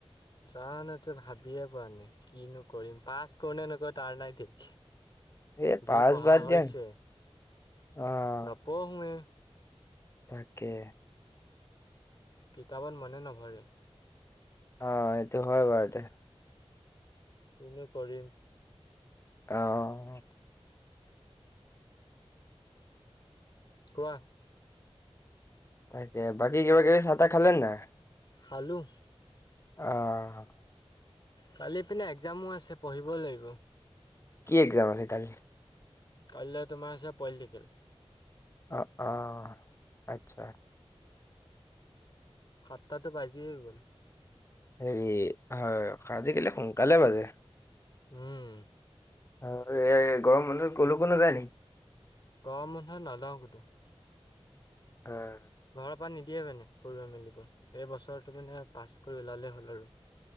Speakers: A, on the left; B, on the left.
A: জানু ত' ভাবিয়ে পোৱা নাই কিনো কৰিৰিম পাছ কৰো নে নক তাৰ নাই থিক
B: এই পাছ
A: যি পঢ়া
B: বাদ
A: হৈছে,
B: দিয়া আহ
A: নপঢ়োৱে
B: তাকে
A: কিতাপত মনে নভৰে
B: অহ' এইটো হয় বাৰু তে
A: কিনো কৰিম।
B: অহ
A: কোৱা।
B: তাকে। বাকী কিবা কিবি চাহ তাহ খালে নে নাই?
A: খালো।
B: অহ'।
A: কালি পিনে এক্সামো আছে, পঢ়িব লাগিব।
B: কি এক্সাম আছে, কালি?
A: কাইলৈ তোমাৰ আছে, পলিটিকেল।
B: অহ', অহ' আচ্ছা।
A: সাতটাতো বাজীয়ে গ'ল।
B: হেৰি, হয় আজিকালি সোনকালে বাজে।
A: উম।
B: আৰু এই গৰম বন্ধত কলৈকো নাযায় নেকি?
A: গৰম বন্ধত নাযাওঁ কতো।
B: অহ'।
A: ঘৰৰ পৰা নিদিয়ে মানে, ফুৰিব মেলিব। এই বছৰটো মানে পাছ কৰি ওলালেই হ'ল আৰু।